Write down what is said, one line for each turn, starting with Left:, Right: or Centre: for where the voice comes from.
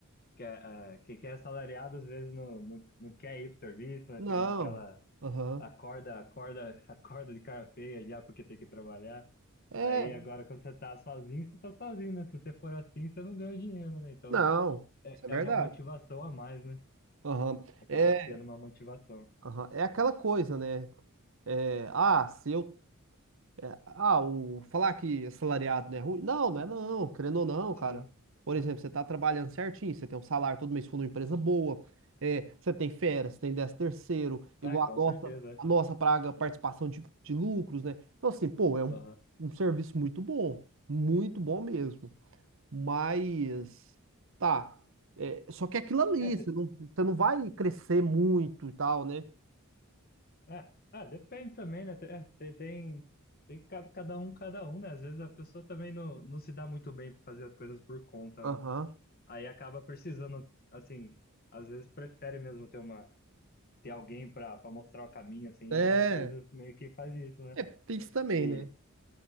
Left: que, é, ah, que, que é assalariado às vezes não, não, não quer ir pro serviço, né?
Right: Não,
Left: Fica naquela
Right: aham,
Left: acorda, acorda, <laughs> acorda de cara feia já porque tem que trabalhar.
Right: é,
Left: Aí agora quando você tá sozinho, você tá sozinho, né? Se você for assim, você não ganha dinheiro, né? Então
Right: não,
Left: é,
Right: isso é verdade.
Left: é uma motivação a mais, né?
Right: Aham,
Left: Acaba
Right: é,
Left: sendo uma motivação.
Right: aham, é aquela coisa, né? É, ah, se eu É, ah, o, falar que assalariado não é ruim? Não, não é não, querendo ou não, cara.
Left: Sim,
Right: Por exemplo, você tá trabalhando certinho, você tem um salário todo mês com uma empresa boa, é, você tem férias, você tem décimo terceiro, igual
Left: é, com
Right: a nossa,
Left: certeza. é.
Right: a nossa praga, participação de, de lucros, né? Então, assim, pô, é um,
Left: Aham.
Right: um serviço muito bom, muito bom mesmo. Mas, tá, é, só que é aquilo ali,
Left: É, te-
Right: você não, você não vai crescer muito e tal, né?
Left: É, ah, depende também, né? Tem, é, tem, tem, tem ca- cada um, cada um, né? Às vezes a pessoa também não, não se dá muito bem para fazer as coisas por conta,
Right: Aham.
Left: né? Aí acaba precisando, assim, às vezes prefere mesmo ter uma, ter alguém para para mostrar o caminho, assim,
Right: É,
Left: e as empresas meio que fazem isso, né?
Right: é, tem isso também,
Left: E
Right: né?